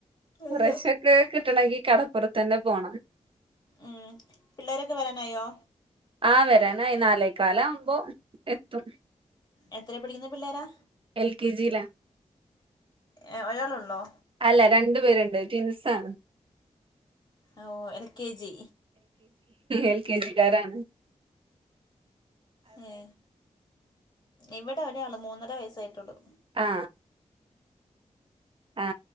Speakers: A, on the right; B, on the left.
A: ഫ്രഷോക്കെ
B: അല്ല
A: കിട്ടണങ്കി കടപ്പുറത്തന്നെ പോണം.
B: ഉം പിള്ളേരെക്കെ വരാനായോ?
A: ആഹ് വരാനായി നാലേകാലമ്പോ എത്തും.
B: എത്രെ പഠിക്കുന്ന പിള്ളേരാ?
A: എൽ കെ ജി ലാ.
B: ഏ ഒരാളെള്ളോ?
A: ല്ല രണ്ട് പേരുണ്ട് ട്വിൻസാണ്.
B: ഓ L K G?
A: L K G കാരാണ്.
B: ഏ ഇവിടൊരാള് മൂന്നര വയസ്സായിട്ടുള്ളു.
A: ആ ആ